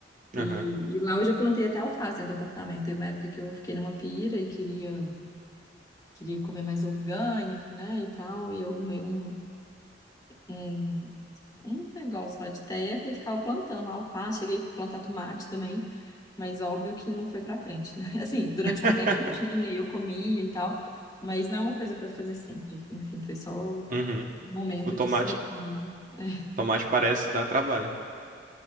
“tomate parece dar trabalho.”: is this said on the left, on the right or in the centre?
Right